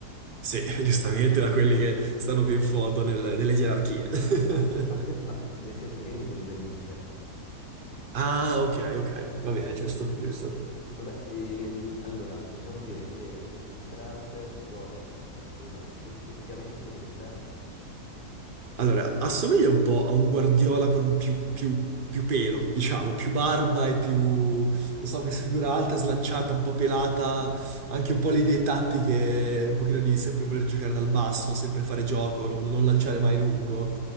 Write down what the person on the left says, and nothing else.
Partiamo
dalla
panca.
Partiamo
da-
No, parti- no, nel senso che io intendo dai mister.
Sì,
sì, sì, sì.
Vabbè, ehm, allora, possiamo dire che mister Alfred può assomigliare esteticamente, secondo te?